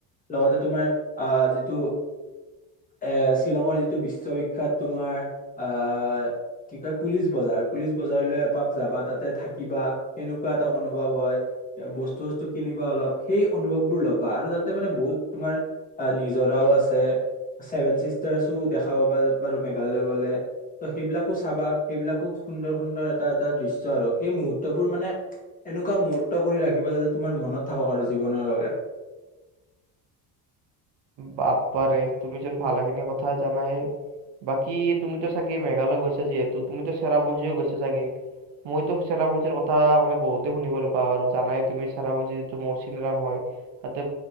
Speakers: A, on the left; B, on the right.
A: লগতে তোমাৰ আহ যিটো এ শ্বিলঙৰ যিটো বিশ্ববিখ্যাত তোমাৰ আহ কি কয় পুলিচ বজাৰ পুলিচ বজাৰলৈ এপাক যাবা তাতে থাকিবা কেনু এনেকুৱা এটা অনুভৱ হয় বস্তু চস্তু কিনিবা অলপ সেই অনুভৱ বোৰ লবা আৰু তাতে মানে বহুত তোমাৰ নিজৰাও আছে ছেভেন চিষ্টাৰছো দেখা পাবা বাৰু মেঘালয় গলে ত' সেইবিলাকো চাবা সেইবিলাকো সুন্দৰ- সুন্দৰ এটা -এটা দৃশ্য আৰু সেই মুহুৰ্তবোৰ মানে এনেকুৱা মুহুৰ্ত কৰি ৰাখিবা যাতে তোমাৰ মনত থাকক আৰু জীৱনৰ বাবে।
B: বাপ্পাৰে তুমি চোন ভালেখিনি কথা জানা এ বাকী তুমিতো চাগে মেঘালয় গৈছা যিহেতু তুমিতো চেৰাপুঞ্জীও গৈছা চাগে মইতো চেৰাপুঞ্জীৰ কথা মানে বহুতে শুনিবলৈ পাওঁ আৰু জানাই তুমি চেৰাপুঞ্জী যিটো মৌচিনৰাম হয় তাতে